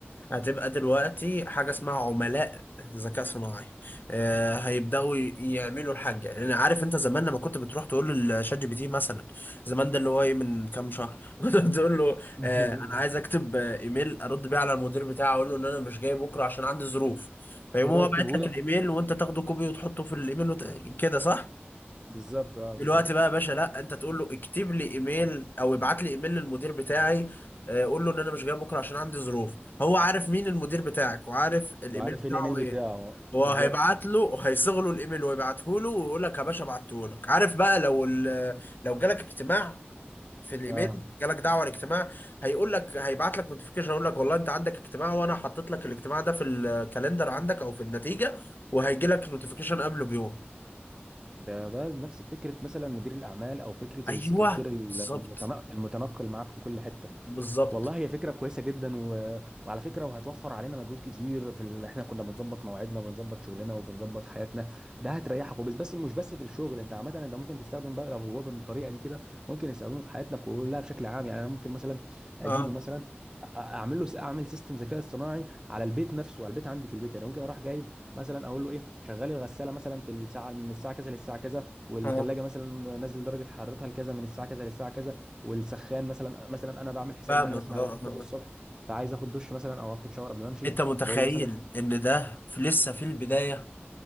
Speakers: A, on the left (about 50°); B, on the right (about 20°).
A: هتبقى دلوقتي حاجة اسمها عملاء ذكاء صناعي آه هيبدأوا ي- يعملوا الحاجة يعني عارف انت زمان لما كنت بتروح تقول للشات جي بي تي مثلا زمان ده اللي هو ايه من كام شهر <laughs> كنت بتقول له
B: <laughs>
A: آه انا عايز اكتب آه، ايميل ارد بيه على المدير بتاعي اقول له ان انا مش جاي بكرة عشان عندي ظروف فيقوم
B: هو
A: هو
B: يكتبه
A: باعت لك
B: لك
A: الايميل وانت تاخده كوبي وتحطه في الايميل وت... كده صح؟
B: بالظبط اه
A: دلوقتي
B: بالظبط
A: بقى يا باشا لا انت تقول له اكتب لي ايميل او ابعت لي ايميل للمدير بتاعي آه، قول له ان انا مش جاي بكره عشان عندي ظروف هو عارف مين المدير بتاعك وعارف الايميل
B: وعارف
A: بتاعه
B: ايه الايميل
A: ايه
B: بتاعه
A: هو
B: بالظبط
A: هيبعت له وهيصغ له الايميل ويبعته له ويقول لك يا باشا بعته لك عارف بقى لو ال- آه، لو جالك اجتماع في الايميل
B: اه
A: جالك دعوه لاجتماع هيقول لك هيبعت لك نوتيفيكيشن يقول لك والله انت عندك اجتماع وانا حطيت لك الاجتماع ده في الكالندر عندك او في النتيجه وهيجي لك نوتيفيكيشن قبله بيوم
B: ده ده نفس فكره مثلا مدير الاعمال او فكره
A: ايوه
B: السكرتير المتنق-
A: بالظبط
B: المتنقل معاك في كل حته
A: بالظبط
B: والله هي فكرة كويسة جدا و... وعلى فكرة وهتوفر علينا مجهود كتير في ال... احنا كنا بنظبط مواعيدنا وبنظبط شغلنا وبنظبط حياتنا ده هتريحك وبس بس مش بس في الشغل انت عامة انت ممكن تستخدم بقى لو هو بالطريقة دي كده ممكن يستخدمه في حياتنا كلها بشكل عام يعني انا ممكن مثلا اجيبه
A: اه
B: مثلا أ- اعمل له اعمل سيستم ذكاء اصطناعي على البيت نفسه على البيت عندي في البيت يعني ممكن اروح جايب مثلا اقول له ايه شغلي الغساله مثلا في الساعه من الساعه كذا للساعه كذا والثلاجه
A: اه
B: مثلا نزل درجه حرارتها لكذا من الساعه كذا للساعه كذا والسخان مثلا مثلا انا بعمل حساب
A: فاهمك
B: ان انا مثلا
A: اه
B: هروح
A: اه
B: الشغل
A: اه.
B: الصبح فعايز اخد دش مثلا او اخد شاور قبل ما امشي
A: انت متخيل
B: فبقول له مثلا
A: ان ده في لسه في البداية